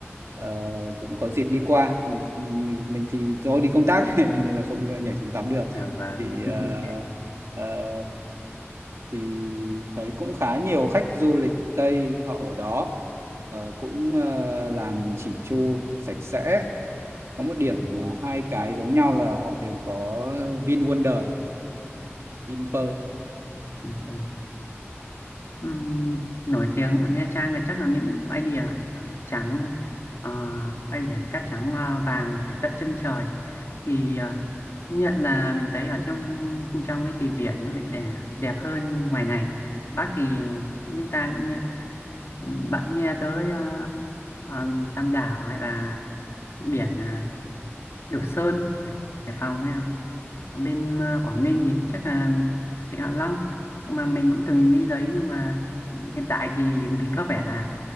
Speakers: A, on the right (about 75°); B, on the left (about 70°).
A: ờ, cũng có dịp đi qua mình mình mình thì do đi công tác <laughs> nên là không nhảy xuống tắm được
B: dạ vâng
A: thì ờ,
B: <laughs>
A: ờ, thì thấy cũng khá nhiều khách du lịch Tây họ ở đó Ờ, cũng ờ, làm chỉnh chu sạch sẽ có một điểm ờ, hai cái giống nhau là họ đều có Vin Wonder Vinpearl
B: Đúng rồi. Ừm, nổi tiếng ở Nha Trang là chắc là những bãi biển ờ, trắng ờ, bãi biển cát trắng ờ, vàng trải tận chân trời thì ờ, công nhận là mình thấy ở trong khu trong ấy thì biển nó lại đè- đẹp hơn ngoài này Bác thì chúng ta cũng nghe bạn nghe tới ờ, ờ, Tam Đảo hay là biển ờ, Đồ Sơn Hải Hải Phòng ấy Ở bên ờ, Quảng Ninh thì chắc là Vịnh Hạ Long mà mình cũng từng đi đấy nhưng mà hiện tại thì <laughs> mình có vẻ là